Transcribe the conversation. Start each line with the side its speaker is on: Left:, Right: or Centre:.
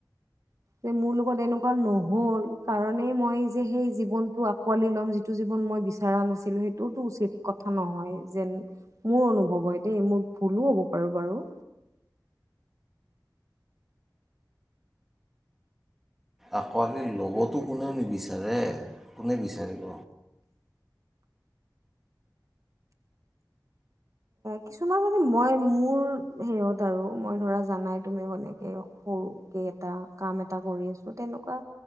Right: যে মোৰ লগত এনেকুৱা নহ'ল, কাৰণেই মই যে সেই জীৱনটো আঁকোৱালি ল'ম। যিটো জীৱন মই বিচৰা নাছিলোঁ। সেইটোওতো উচিত কথা নহয়, যেন মোৰ অনুভৱ হয় দেই মোৰ ভুলো হ'ব পাৰো বাৰু।
Centre: আঁকোৱালি ল'বতো কোনেও নিবিচাৰে, কোনে বিচাৰিব?
Right: কিছুমান মানে মই মোৰ হেইহত আৰু মই ধৰা জানাই তুমি এনেকে সৰুকে এটা কাম এটা কৰি আছোঁ। তেনেকুৱা